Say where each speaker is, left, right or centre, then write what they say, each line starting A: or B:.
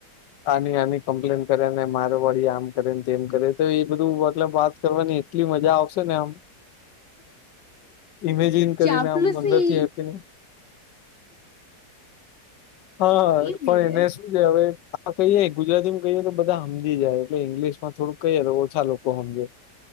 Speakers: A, on the left; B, on the left.
A: આની આની કમ્પ્લેન કરે ને મારો વડી આમ કરે ને તેમ કરે તો એ બધું મતલબ વાત કરવાની એટલી મજા આવશે ને આમ. ઇમેજિન કરીને
B: ચાપલુસી
A: આમ અંદર થી આપીને. હા
B: એ ભી
A: પણ એને
B: હે
A: શું છે હવે આ કહીયે ગુજરાતીમાં કહીએ તો બધા સમજી જાય એટલે ઇંગ્લશ માં થોડું કઈએય તો ઓછા લોકો સમજે